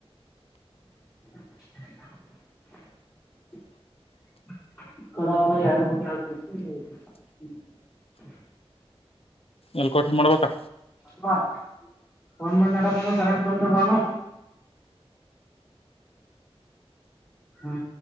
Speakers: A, on the left; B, on the left.
A: <unintelligible> <unintelligible> <unintelligible>
B: ಎಲ್ ಕೊಟ್ಟ ಮಾಡ್ಬೇಕಾ
A: ಅಲ್ವಾ ಫೋನ್ <unintelligible> ಕರೆಂಟ್ ಬಂದ ಬಾನ ಹ್ಮ